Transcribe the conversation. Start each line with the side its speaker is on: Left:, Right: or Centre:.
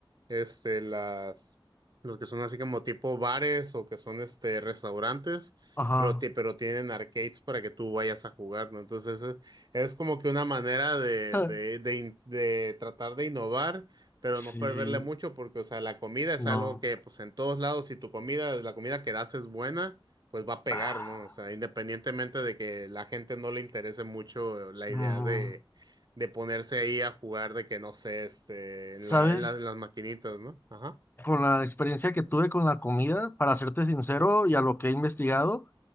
Right: este, las, los que son así como tipo bares o que son este restaurantes,
Left: Ajá.
Right: pero, ti- pero tienen arcades para que tú vayas a jugar, ¿no? Entonces, es, es como que una manera de,
Left: <laughs>
Right: de, de, in- de tratar de innovar, pero
Left: Sí,
Right: no perderle mucho, porque, o sea, la comida es
Left: no.
Right: algo que, pues, en todos lados, si tu comida, la comida que das es buena pues va a pegar,
Left: Ah.
Right: ¿no? O sea, independientemente de que la gente no le interese mucho la idea
Left: Mm,
Right: de, de ponerse ahí a jugar de que no sé, este, en
Left: ¿Sabes?
Right: la, en la- en las maquinitas, ¿no? Ajá.
Left: Con la experiencia que tuve con la comida, para serte sincero y a lo que he investigado,